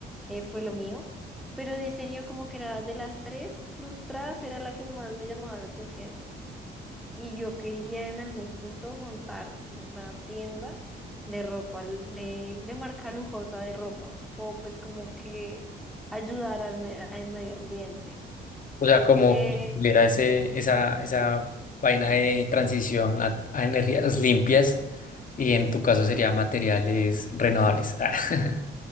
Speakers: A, in the centre; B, on the left.
A: eh, fue lo mío. Pero diseño como que era de las tres frustradas, era la que más me llamaba la atención. y yo quería en algún punto montar una tienda de ropa, lu- de, de marca lujosa de ropa, ¿no? o pues como que ayudar al, me- al medio ambiente.
B: O sea, como
A: Eh,
B: que tuviera ese, esa, esa vaina de transición a, a energías limpias y en tu caso sería materiales renovables. Ah, <laughs>